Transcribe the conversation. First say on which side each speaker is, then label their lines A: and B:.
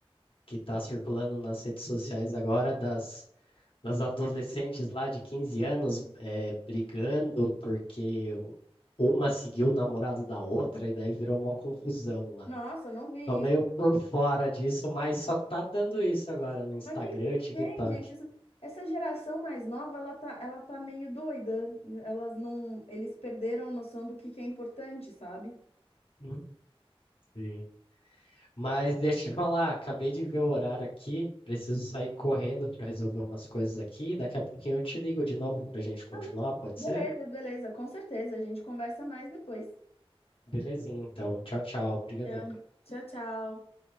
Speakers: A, on the left; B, on the left.
A: que tá circulando nas redes sociais agora, das das adolescentes lá de 15 anos eh, brigando porque uma seguiu o namorado da outra e daí virou uma confusão lá.
B: nossa, eu não vi
A: Tô meio
B: isso.
A: por fora disso, mas só tá dando isso agora no Instagram,
B: Mas o que que
A: TikTok.
B: tem, gente? Isso- essa geração mais nova, ela tá, ela tá meio doida. Elas não, eles perderam a noção do que que é importante, sabe?
A: Hum, Sim. Mas deixa eu te falar, acabei de ver o horário aqui, preciso sair correndo para resolver umas coisas aqui. Daqui a pouquinho eu te ligo de novo pra gente continuar,
B: Então,
A: pode
B: Beleza,
A: ser?
B: beleza, com certeza. A gente conversa mais depois.
A: Belezinha, então. Tchau, tchau. Obrigadão.
B: Então, tchau, tchau.